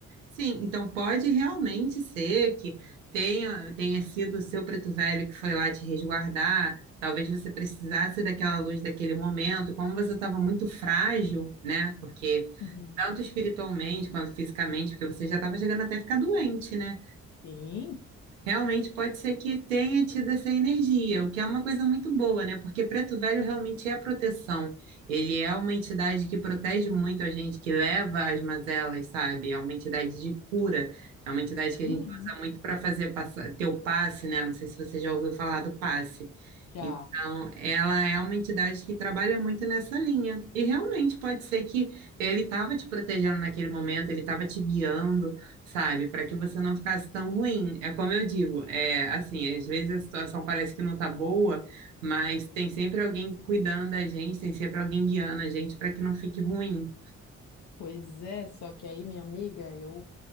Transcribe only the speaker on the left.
Uhum.
Sim.
Uhum.
Já.
Pois é, só que aí, minha amiga, eu